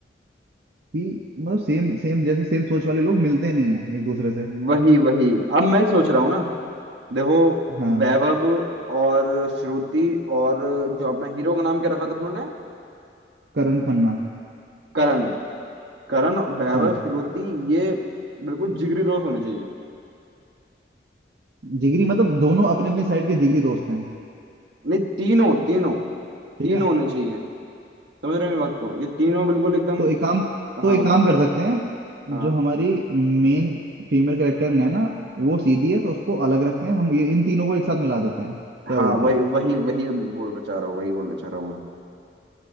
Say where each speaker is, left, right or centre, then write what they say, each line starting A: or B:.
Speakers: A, on the right (about 60°); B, on the right (about 75°).
A: कि मतलब सेम सेम जैसे सेम सोच वाले लोग मिलते नहीं है एक दूसरे से
B: वही वही अब मैं सोच रहा हूँ ना देखो
A: हाँ
B: वैभव और श्रुति और जो अपना हीरो का नाम क्या रखा था उन्होंने
A: करण खन्ना
B: करण करण वैभव
A: हाँ
B: श्रुति ये बिल्कुल जिगरी दोस्त होने चाहिए
A: जिगरी मतलब दोनों अपने अपनी साइड के जिगरी दोस्त हैं
B: नहीं तीनों तीनों
A: ठीक
B: तीनों
A: है
B: होने चाहिए समझ रहे हो मेरी बात को ये तीनों बिल्कुल एकदम
A: तो एक काम तो
B: हाँ
A: एक
B: बताओ
A: काम कर सकते हैं
B: हाँ
A: जो हमारी मेन फीमेल कैरेक्टर नैना वो सीधी है तो उसको अलग रखते हैं हम ये इन तीनों को एक साथ मिला देते हैं क्या
B: हाँ
A: बोलते
B: वही
A: हो
B: वही वही बोलना चाह रहा हूँ वही बोलना चाह रहा हूँ मैं